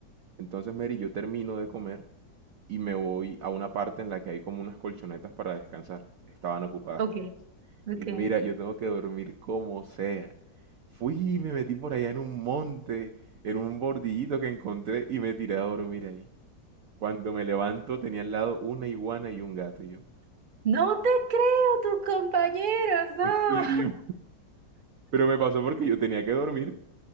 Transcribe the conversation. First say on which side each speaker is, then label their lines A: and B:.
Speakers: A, on the right; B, on the right.
A: Entonces, Mary, yo termino de comer y me voy a una parte en la que hay como unas colchonetas para descansar. Estaban ocupadas
B: ok,
A: todas.
B: ok.
A: Y dije, mira, yo tengo que dormir como sea. Fui y me metí por allá en un monte, en un bordillito que encontré y me tiré a dormir ahí. Cuando me levanto tenía al lado una iguana y un gato y yo.
B: No te creo, tus compañeros, no.
A: ¿En serio? Pero me pasó porque yo tenía que dormir.